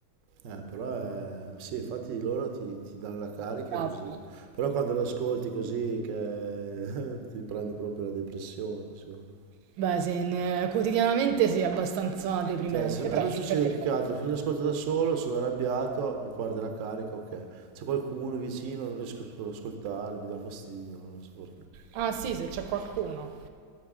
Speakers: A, on the right (about 85°); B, on the right (about 75°).
A: Eh, però è- sì, infatti loro ti, ti danno la carica
B: Orgasmo.
A: così. Però quando lo ascolti così che <laughs> ti prende proprio la depressione, secondo me.
B: Beh, sì, ne- quotidianamente sì, è abbastanza deprimente,
A: Cioè, se- a
B: però
A: me succede
B: che parliamo
A: più che
B: da
A: altro, che l'ascolto da solo, sono arrabbiato, mi parte la carica, ok. C'è qualcuno vicino, non riesco a ascoltarlo, mi dà fastidio, non so perché.
B: Ah, sì, se c'è qualcuno.